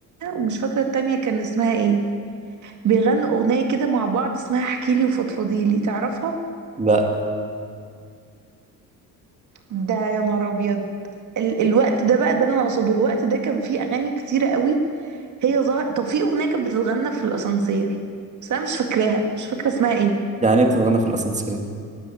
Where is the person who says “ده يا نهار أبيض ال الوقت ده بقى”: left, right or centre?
Right